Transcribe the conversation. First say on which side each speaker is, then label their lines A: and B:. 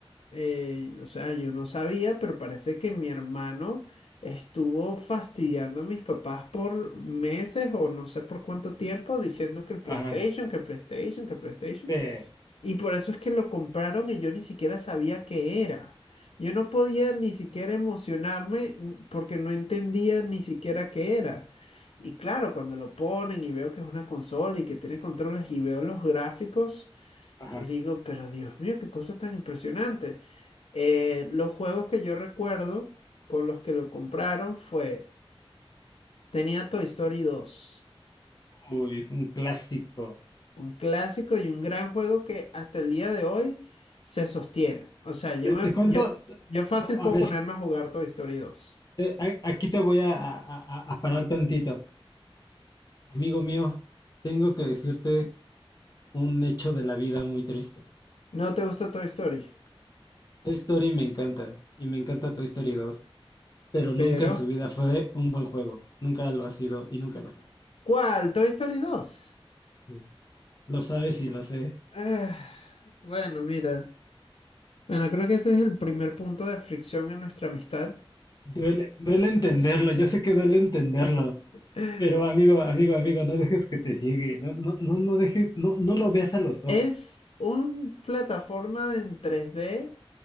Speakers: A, on the left; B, on the left.
A: eh, o sea, yo no sabía, pero parece que mi hermano estuvo fastidiando a mis papás por meses o no sé por cuánto tiempo diciendo que el PlayStation,
B: ajá,
A: que el PlayStation, que el PlayStation.
B: sí,
A: Y por eso es que lo compraron y yo ni siquiera sabía qué era. Yo no podía ni siquiera emocionarme mm, porque no entendía ni siquiera qué era. Y claro, cuando lo ponen y veo que es una consola y que tiene controles y veo los gráficos,
B: ajá.
A: yo digo, pero Dios mío, qué cosa tan impresionante. Eh, los juegos que yo recuerdo con los que lo compraron fue, tenía Toy Story dos
B: Uy, un clásico.
A: Un clásico y un gran juego que hasta el día de hoy se sostiene. O sea, yo
B: Te,
A: me,
B: te cuento,
A: yo,
B: t-
A: yo fácil
B: a
A: puedo
B: ver,
A: ponerme a jugar Toy Story dos
B: eh, a- aquí te voy a, a- a- a parar tantito. Amigo mío, tengo que decirte un hecho de la vida muy triste.
A: No te gusta Toy Story,
B: Toy Story me encanta, y me encanta Toy Story dos pero nunca
A: pero
B: en su vida fue un buen juego. Nunca lo ha sido y nunca lo será.
A: ¿cuál? Toy Story dos
B: Sí, Lo sabes y lo sé.
A: Ah, bueno, mira. Bueno, creo que este es el primer punto de fricción en nuestra amistad.
B: Duele, duele entenderlo, yo sé que duele entenderlo.
A: <laughs>
B: Pero amigo, amigo, amigo, no dejes que te ciegue, no, no, no, no dejes, no, no lo veas a los ojos.
A: Es un plataforma en tres d